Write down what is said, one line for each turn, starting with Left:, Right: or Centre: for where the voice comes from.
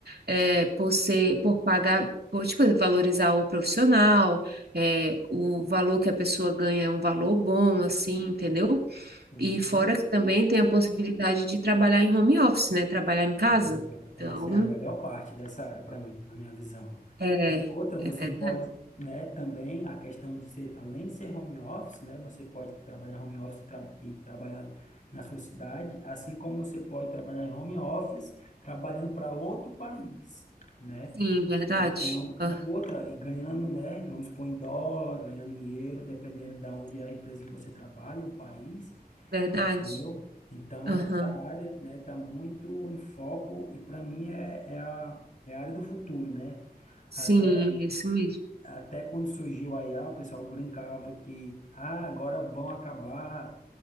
Right: É, por ser, por pagar, por, tipo, valorizar o profissional, é, o valor que a pessoa ganha é um valor bom, assim, entendeu?
Left: Sim.
Right: E fora que também tem a possibilidade de trabalhar em home office, né? Trabalhar em casa.
Left: Agora, Essa
Right: Então,
Left: é a melhor parte dessa área para mim, na minha visão.
Right: é,
Left: E outra, você
Right: é verdade.
Left: pode, né, também a questão de ser, além de ser home office, né, você pode trabalhar home office e, tra- e trabalhar na sua cidade, assim como você pode trabalhar em home office trabalhando para outro país, né?
Right: Sim, verdade.
Left: Então,
Right: Ah,
Left: e outra, e ganhando, né, vamos supor em dólar, ganhando em euro, dependendo da onde é a empresa que você trabalha, o país
Right: verdade.
Left: entendeu? Então,
Right: Aham.
Left: Uhum. essa área, né, está muito em foco e para mim é, é, a, é a área do futuro, né? Até,
Right: Sim, é isso mesmo.
Left: até quando surgiu a IA, o pessoal brincava que ah, agora vão acabar